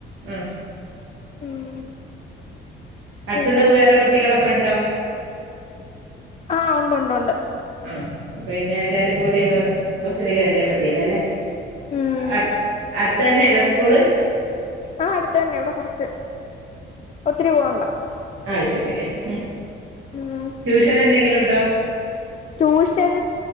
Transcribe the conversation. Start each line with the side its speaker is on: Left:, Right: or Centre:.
Right: ആ
Left: ഉം
Right: അടുത്തുന്ന്
Left: പിന്നെ
Right: വേറെ കുട്ടികളൊക്കെണ്ടോ
Left: ആ ഒണ്ട്ണ്ട്ണ്ട്
Right: ആ അപ്പൊ പിന്നെ എല്ലാരും കൂടി അങ് ബസ്സിന് കയറിയാ മതിയല്ലൊ അല്ലെ
Left: ഉം
Right: അ അടുത്തന്നെയണോ സ്കൂള്
Left: ആ അടുത്ത് തന്നെ ഇവിടെ കൊറച്ച് ഒത്തിരി പോവണ്ട
Right: ആ ശരി ഉം
Left: ഉം
Right: ട്യൂഷൻ എന്തെങ്കിലും ഉണ്ടോ
Left: ട്യൂഷൻ